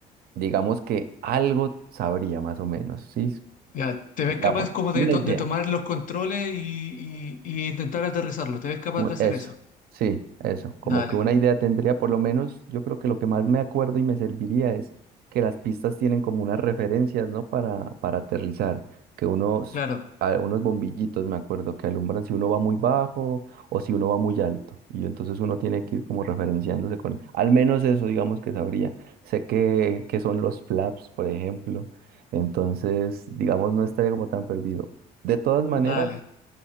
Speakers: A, on the right; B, on the left.
A: digamos que algo sabría más o menos, ¿sí?
B: ya, ¿te ves
A: Digamos,
B: capaz como
A: una
B: de, to-
A: idea.
B: de tomar los controles y, y- y intentar aterrizarlo? ¿Te ves capaz
A: u-
B: de hacer
A: Eso,
B: eso?
A: sí, eso. Como
B: Dale,
A: que una idea tendría, por lo menos, yo creo que lo que más me acuerdo y me serviría es que las pistas tienen como unas referencias, ¿no? Para, para aterrizar, que unos,
B: claro.
A: a- unos bombillitos, me acuerdo, que alumbran si uno va muy bajo o si uno va muy alto. Y entonces uno tiene que ir como referenciándose con, al menos eso, digamos que sabría. Sé que, que son los flaps, por ejemplo. Entonces, digamos, no estaría como tan perdido. De todas maneras,
B: Dale.